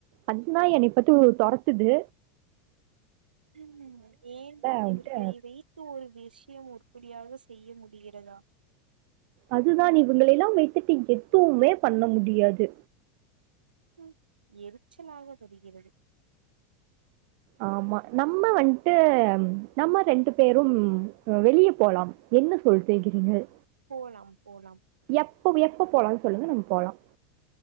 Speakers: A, on the right; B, on the right.
A: அந்த நாய் என்னைப்பத்தி ஒரு தொரத் துது
B: உம் ஏன் தான்
A: வந்துட்டு
B: இவர்களை வைத்து ஒரு நி கழ்ச்சியும் உருப்படியாக செய்ய முடிகிறதா
A: அதுதான் இவங்களை எல்லாம் வைத்துட்டு எப் துமே பண்ண முடியாது
B: ஹும் எரிச்சலாக வருகிறது
A: ஆம நம்ம வந்ட் ட்டு நம்ம ரெண்டு பேரும் அஹ் வெளிய போலாம் என்ன சொல்கேகிறீர்கள்
B: ம், போலாம் போலாம்
A: எப்ப எப்ப போலாம்னு சொல்லுங்க நம்ம போலாம்